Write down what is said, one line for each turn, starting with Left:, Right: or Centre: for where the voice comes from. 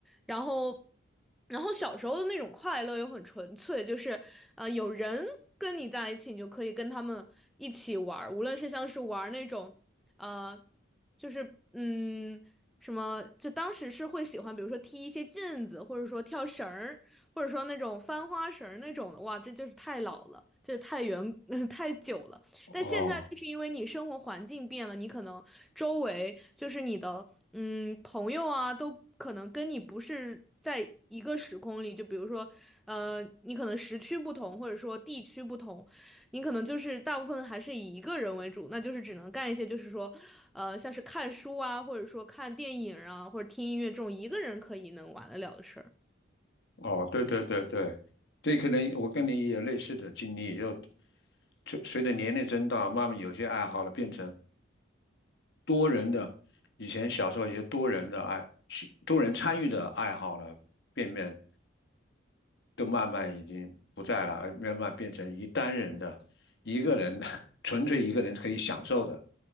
Centre: 然后，然后小时候的那种快乐又很纯粹，就是呃，有人跟你在一起，你就可以跟他们一起玩儿，无论是像是玩儿那种呃，就是嗯。什么？就当时是会喜欢，比如说踢一些毽子，或者说跳绳儿，或者说那种翻花绳儿那种的，哇，这就是太老了，这太远，<laughs> 太久了。
Left: 哦
Centre: 但现在就是因为你生活环境变了，你可能周围就是你的嗯朋友啊，都可能跟你不是在一个时空里。就比如说，呃，你可能时区不同，或者说地区不同，你可能就是大部分还是以一个人为主，那就是只能干一些就是说，呃，像是看书啊，或者说看电影啊，或者听音乐这种一个人可以能玩得了的事儿。
Left: 哦，对对对对，这可能我跟你也有类似的经历，就随随着年龄增大，慢慢有些爱好了变成多人的，以前小时候一些多人的爱，多人参与的爱好了，变变都慢慢已经不在了，而慢慢变成一单人的、一个人的 <laughs> 纯粹一个人可以享受的，